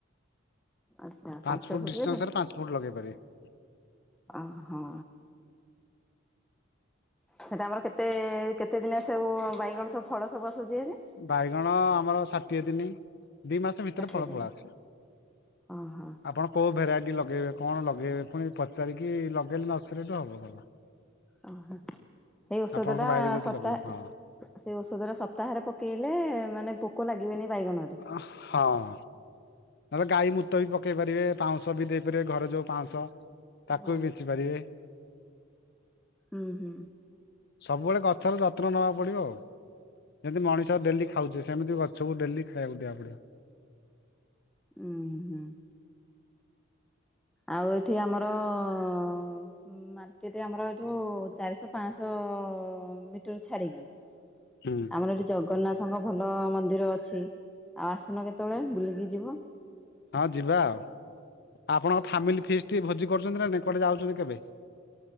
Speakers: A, in the centre; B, on the left (about 50°).
A: ଆଚ୍ଛା
B: ପାଞ୍ଚ ଫୁଟ୍
A: ଫୁଟରେ
B: ଡିଷ୍ଟାନ୍ସ ରେ ପାଞ୍ଚ ଫୁଟ୍ ଲଗେଇ ପାରିବେ।
A: ଓ ହଁ। ସେଟା ଆମର କେତେ କେତେ ଦିନେ ସବୁ ବାଇଗଣ ସବୁ ଫଳ ସବୁ ଆସୁଛି ଭାରି?
B: ବାଇଗଣ ଆମର ଷାଠିଏ ଦିନି। ଦି ମାସ ଭିତରେ
A: ଦେଖେଇଦେବି।
B: ଫଳ ପଳି ଆସିବ।
A: ଓହୋ।
B: ଆପଣ କୋଉ ଭେରାଇଟି ଲଗେଇବେ? କଣ ଲଗେଇବେ? ପୁଣି ପଚାରିକି ଲଗେଇଲେ ନର୍ସରୀ ଠୁ ହବ ଭଲ।
A: ଓହୋ, ସେଇ ଔଷଧ
B: ଆପଣଙ୍କ
A: ଟା
B: ବାଇରେ ଯଦି
A: ସତାହା
B: ଲଗେଇବେ ହଁ।
A: ସେଇ ଔଷଧ ଟା ସପ୍ତାହରେ ପକେଇଲେ ମାନେ ପୋକ ଲାଗିବେନି ବାଇଗଣ ରେ।
B: ଓ ହଁ। ନହେଲେ ଗାଈ ମୂତ ବି ପକେଇ ପାରିବେ, ପାଉଁଶ ବି ଦେଇପାରିବେ, ଘରେ ଯୋଉ ପାଉଁଶ ତାକୁ
A: ହଁ
B: ବି ବିଞ୍ଚି ପାରିବେ।
A: ଉଁ, ହୁଁ।
B: ସବୁବେଳେ ଗଛର ଯତ୍ନ ନବାକୁ ପଡ଼ିବ ଆଉ। ଯେମିତି ମଣିଷ ଡେଲି ଖାଉଚେ। ସେମିତି ଗଛକୁ ଡେଲି ଖାଇବାକୁ ଦିଆ ପଡିବ।
A: ଉଁ, ହୁଁ। ଆଉ ଏଠି ଆମର ଉଁ, ମାର୍କେଟ୍ ଆମର ଏଠୁ ଚାରିଶହ ପାଁଶହ ମିଟର୍ ଛାଡ଼ିକି।
B: ହୁଁ
A: ଆମର ଏଠି ଜଗନ୍ନାଥଙ୍କ ଭଲ ମନ୍ଦିର ଅଛି ଆଉ ଆସୁନ କେତେବେଳେ ବୁଲିକି ଯିବ।
B: ହଁ ଯିବା ଆଉ ଆପଣଙ୍କ ଫାମିଲି ଫିଷ୍ଟ ଭୋଜି କରୁଛନ୍ତି ନା ନାଇ? କୁଆଡେ ଯାଉଛନ୍ତି କେବେ?